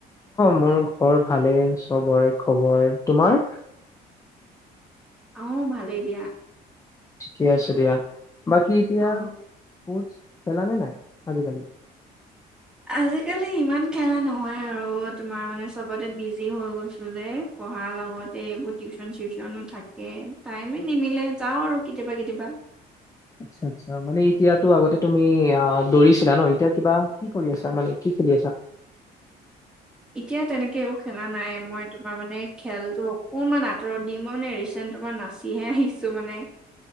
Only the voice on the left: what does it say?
মোৰ ঘৰত ভালে খবৰে খবৰ তোমাৰ
ঠিকে আছে দিয়া বাকী এতিয়া
ক্সছ পালা নে নাই আজিকালি
আচ্ছা আচ্ছা মানে এতিয়াতো আগতে তুমি আহ দৌৰিছিলা ন এতিয়া কিবা কি কৰি আছা মানে কি খেলি আছা